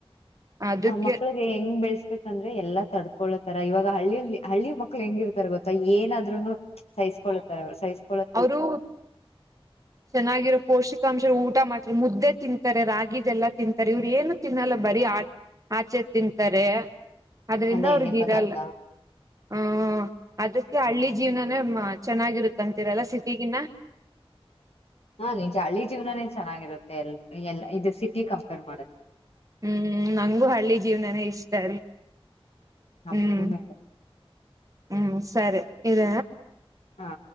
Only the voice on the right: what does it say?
ಅದಕ್ಕೆ
ಅವರು ಚೆನ್ನಾಗಿರೋ ಪೌಷ್ಟಿಕಾಂಶ ಊಟ ಮಾಡ ಮುದ್ದೆ ತಿಂತಾರೆ ರಾಗಿದೆಲ್ಲಾ ತಿಂತಾರೆ ಇವ್ರ ಏನು ತಿನ್ನಲ್ಲ ಬರೀ ಆ ಆಚೆ ತಿಂತಾರೆ ಅದರಿಂದ
ಅವರಿಗೆ
ಇರಲ್ಲ ಹ ಅದಕ್ಕೆ ಹಳ್ಳಿ ಜೀವನನೇ ಚೆನ್ನಾಗಿರುತ್ತಂತೆ ಇವರೆಲ್ಲ ಸಿಟಿಗಿನ್ನ
ಹ್ಮ್ ನಂಗೂ ಹಳ್ಳಿ ಜೀವನನೇ ಇ ಇಷ್ಟ ರೀ
ಹ್ಮ್ ಹ್ಮ್ ಸರಿ ಇದ